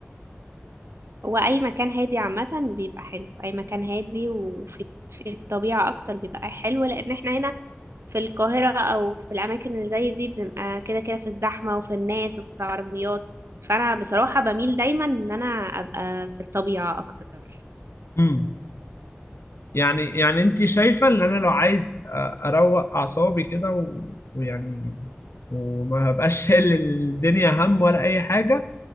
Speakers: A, on the right (about 85°); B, on the left (about 80°).
A: هو اي مكان هادي عامة بيبقى حلو اي مكان هادي وفي في الطبيعة اكتر بيبقى حلو لان احنا هنا في القاهرة او في الاماكن اللي زي دي بنبقى كده كده في الزحمة وفي الناس وفي العربيات فانا بصراحة بميل دايما ان انا ابقى في الطبيعة اكتر
B: مم. يعني يعني انت شايفة ان انا لو عايز أ- اروق اعصابي كده و... ويعني وما بقاش <laughs> شايل الدنيا هم ولا اي حاجة